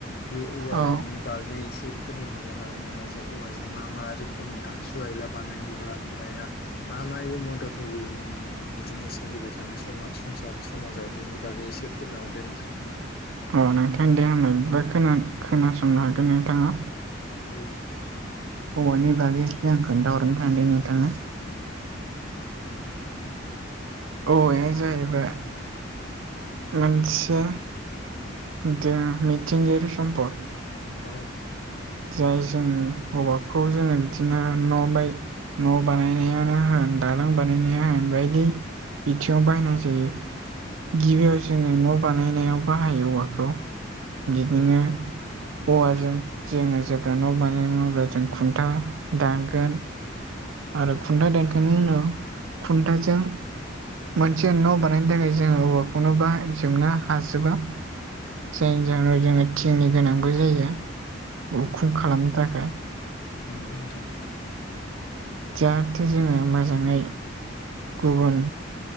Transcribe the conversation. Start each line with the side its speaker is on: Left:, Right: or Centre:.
Left: बे औवानि
Right: अ
Left: बागै एसे फोरमायहरनो हागोन नामा जे औवाजों मा मा रोखोमनि आगजु आयला बानायोबा औवाया मा मायै मदद होयो जों बिदिनो सोलिबाय थानाय सम संसार समाजाव बिनि बागै एसे फोरमायहरदो नोंथां।
Right: अ नोंथां दे आंबो खोन खोनासंनो हागोन नोंथाङा
Left: औ।
Right: औआनै बागैसेै आं खोन्थाहरनो थान दे नोंथांनो औवाया जाहैबाय। मोनसे मिथिंगायारि सम्पद
Left: औ
Right: जाय जों औवाखौ जोङो बिदिनो न' <unintelligible> न' बानायनायानो होन दालां बानायनाया होन बायदि बिथिङाव बायनाय जायो। गिबियाव जोङो न' बानायनायाव बाहायो औवाखौ, बिदिनो
Left: औ
Right: औवाजों जोङो जेब्ला न' बानाय नङ अब्ला जों खुन्था दानगोन आरो खुन्थाइ दानखांनायनि उनाव खुन्थाजों मोनसे न' बानायनो थाखाय जोङो औवाखौनो बाहाय जोबनो हाजोबा जायनि जाहोनाव जोङो थिंनि गोनांबो जायो, उखुम खालामनो थाखाय।
Left: नोंगौ नोंथां।
Right: जाहाथे जोङो मोजाङै गुबुन